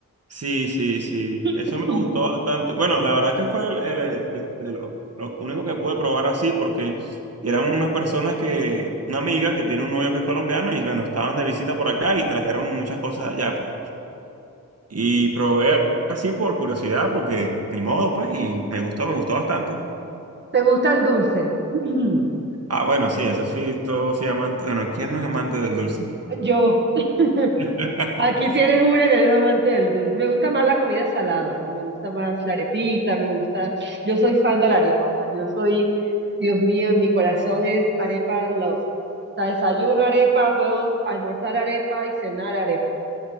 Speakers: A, on the right; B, on the right.
A: Sí, sí, sí.
B: <coughs>
A: Eso me gustó bastante. Bueno, la verdad que fue el, el, eh, de lo, lo único que pude probar así porque eran unas personas que, una amiga que tiene un novio que es colombiano y bueno, estaban de visita por acá y trajeron muchas cosas allá, pues. Y probé así por curiosidad porque ni modo, pues, y me gustó, me gustó bastante.
B: ¿Te gusta el dulce? <coughs> <clears throat>
A: Ah, bueno, sí, eso sí, todos sí amantes. Bueno, ¿quién no es amante del dulce?
B: Yo, <laughs>
A: <laughs>
B: aquí tienes una que es amante del dulce. Me gusta más la comida salada, ¿no? Me gusta más la arepita, me gusta. Yo soy fan de la arepa, o sea, yo soy, Dios mío, en mi corazón es arepa love. O sea, desayuno arepa, puedo almorzar arepa y cenar arepa.